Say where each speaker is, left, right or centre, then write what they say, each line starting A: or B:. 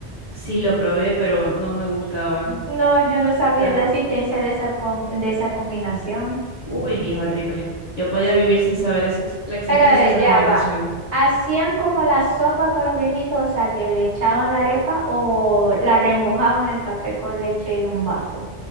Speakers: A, on the left; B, on the right.
A: Sí lo probé, pero no me gustaba. O
B: No, yo no sabía
A: sea,
B: la existencia de esa, com- de esa combinación.
A: uy, mi hijo, horrible. Yo podía vivir sin saber esa ex- la existencia
B: Pero eh,
A: de esa
B: ya
A: combinación.
B: va. ¿Hacían como la sopa con los viejitos? O sea, que le echaban la arepa o la remojaban en el café con leche en un vaso.